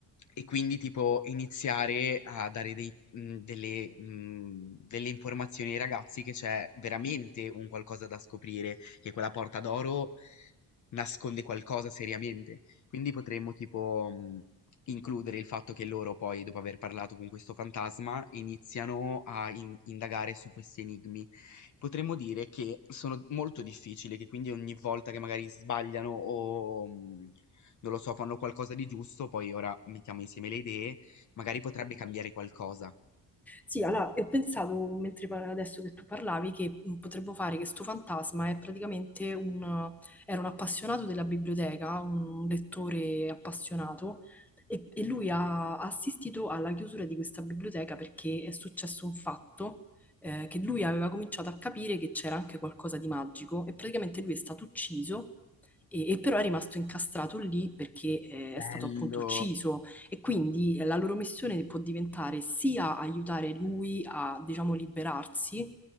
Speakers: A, on the left (about 50°); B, in the centre.
A: e quindi tipo iniziare a dare dei- mm, delle, mm, delle informazioni ai ragazzi che c'è veramente un qualcosa da scoprire, che quella porta d'oro nasconde qualcosa seriamente. Quindi potremmo tipo mh, includere il fatto che loro poi, dopo aver parlato con questo fantasma, iniziano a in- indagare su questi enigmi. Potremmo dire che sono molto difficili, che quindi ogni volta che magari sbagliano o mh, non lo so, fanno qualcosa di giusto, poi ora mettiamo insieme le idee, magari potrebbe cambiare qualcosa.
B: Sì, allora, e ho pensato, mentre par- adesso che tu parlavi, che mm, potremmo fare che sto fantasma è praticamente un, era un appassionato della biblioteca, un lettore appassionato, e, e lui ha assistito alla chiusura di questa biblioteca perché è successo un fatto, eh, che lui aveva cominciato a capire che c'era anche qualcosa di magico, e praticamente lui è stato ucciso, e, e però è rimasto incastrato lì perché, eh,
A: Bello.
B: è stato appunto ucciso e quindi eh, la loro missione può diventare sia aiutare lui a, diciamo, liberarsi